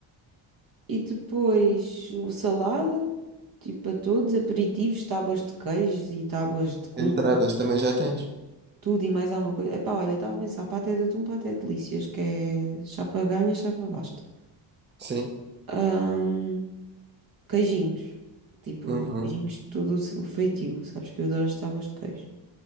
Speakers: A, on the right; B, on the right.
A: E depois o salada, tipo para todos, aperitivos, tábuas de queijos e tábuas de cubo,
B: entradas também já tens.
A: tudo e mais alguma coisa. Epá, olha, estava a pensar, paté de atum, paté de delícias, que é chapa ganha, chapa basta.
B: Sim.
A: Ahm, queijinhos, tipo,
B: Uhum.
A: queijinhos de todo o seu feitio, sabes que eu adoro as tábuas de queijo.